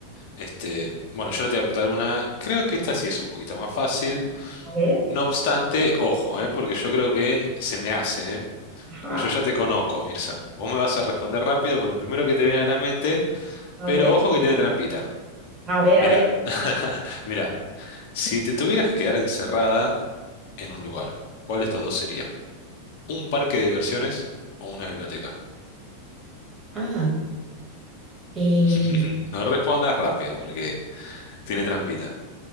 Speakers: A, on the left; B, on the right.
A: Este, bueno, yo te voy a apretar una. Creo que esta sí es un poquito más fácil.
B: A ver,
A: No obstante, ojo, ¿eh? Porque yo creo que se me hace, ¿eh?
B: ajá,
A: Porque yo ya te conozco, Mirza. Vos me vas a responder rápido con lo primero que te viene a la mente,
B: a
A: pero
B: ver,
A: ojo que tiene trampita.
B: a ver,
A: Mira,
B: a ver.
A: <laughs> mira, si te tuvieras que quedar encerrada en un lugar, ¿cuál de estos dos sería? ¿Un parque de diversiones o una biblioteca?
B: Ah, eh,
A: <laughs> No respondas rápido porque tiene trampita.